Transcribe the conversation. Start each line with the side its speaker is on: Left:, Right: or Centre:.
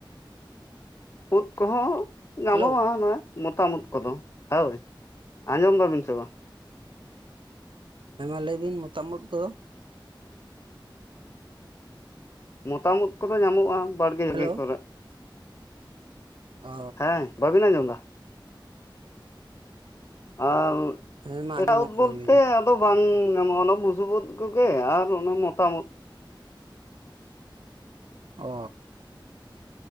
Left: ᱩᱫ ᱠᱚᱦᱚᱸ ᱜᱟᱱᱚᱜ-ᱟ
Right: ᱦᱮᱞᱳ
Left: ᱱᱚᱜ-ᱚᱭ᱾ ᱢᱚᱛᱟᱢ ᱩᱫ ᱠᱚᱫᱚ ᱦᱳᱭ ᱟᱸᱡᱚᱢ ᱫᱟᱵᱤᱱ ᱥᱮ ᱵᱟᱝ?
Right: ᱦᱮᱸ ᱢᱟ ᱞᱟᱹᱭᱵᱤᱱ ᱢᱚᱛᱟᱢ ᱩᱫ ᱠᱚ
Left: ᱢᱚᱛᱟᱢ ᱩᱫ ᱠᱚᱫᱚ ᱧᱟᱢᱚᱜᱼᱟ ᱵᱟᱲᱜᱮ ᱡᱷᱟᱲᱜᱮ
Right: ᱦᱮᱞᱳ
Left: ᱠᱚᱨᱮᱫ
Right: ᱚ
Left: ᱦᱮᱸ ᱵᱟᱹᱵᱤᱱ ᱟᱸᱡᱚᱢ ᱮᱫᱟ? ᱟᱨ
Right: ᱦᱮᱸ ᱢᱟ
Left: ᱮᱴᱟᱜ
Right: ᱟᱸᱡᱚᱢᱚᱜ
Left: ᱩᱫ
Right: ᱠᱟᱱᱟ
Left: ᱵᱚᱞᱛᱮ
Right: ᱞᱟᱹᱭ ᱵᱤᱱ
Left: ᱫᱚ ᱵᱟᱝ ᱧᱟᱢᱚᱜᱼᱟ ᱚᱱᱟ ᱵᱩᱥᱩᱵ ᱩᱫ ᱠᱚᱜᱮ ᱟᱨ ᱚᱱᱮ ᱢᱚᱛᱟᱢ ᱩᱫ
Right: ᱚ ᱾